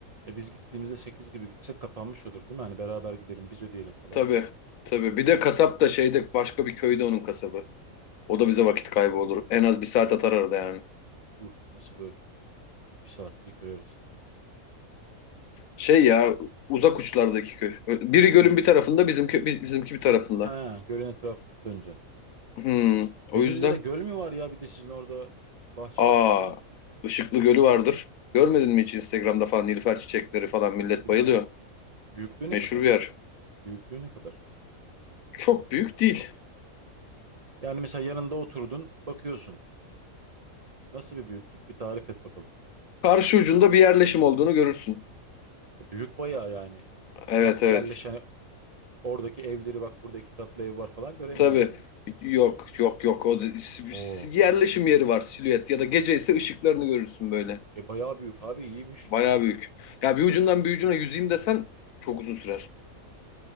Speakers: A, on the right; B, on the left.
A: E biz gittiğimizde 8 gibi gitsek kapanmış olur değil mi? Hani beraber gidelim biz ödeyelim falan
B: Tabii.
A: dedim.
B: Tabii. Bir de kasap da şeyde başka bir köyde onun kasabı. O da bize vakit kaybı olur. En az bir saat atar arada yani.
A: Uh nasıl böyle bir saat iki köy arası.
B: Şey ya uzak uçlardaki köy. Biri gölün
A: Hmm.
B: bir tarafında bizimki bizimki bir tarafında.
A: Ha gölün etrafında döneceksin.
B: Hmm, o
A: Denizli'de
B: yüzden
A: göl mü var ya bir de sizin orada bahçe
B: aa
A: var.
B: Işıklı Gölü vardır. Görmedin mi hiç Instagram'da falan Nilüfer çiçekleri falan millet
A: Bilmiyorum
B: bayılıyor.
A: büyüklüğü ne
B: Meşhur
A: kadar?
B: bir yer.
A: Büyüklüğü ne kadar?
B: Çok büyük değil.
A: Yani mesela yanında oturdun, bakıyorsun. Nasıl bir büyüklük? Bir tarif et bakalım.
B: Karşı ucunda bir yerleşim olduğunu görürsün.
A: E, büyük bayağı yani.
B: Evet
A: Sadece
B: evet.
A: yerleşen oradaki evleri bak burada iki katlı ev var falan göremiyorsun
B: Tabii.
A: yani.
B: Yok yok yok. O da- s-
A: Oo.
B: s- yerleşim yeri var silüet ya da gece ise ışıklarını görürsün böyle.
A: E bayağı büyük abi iyiymiş.
B: Bayağı büyük. Ya bir ucundan bir ucuna yüzeyim desen çok uzun sürer.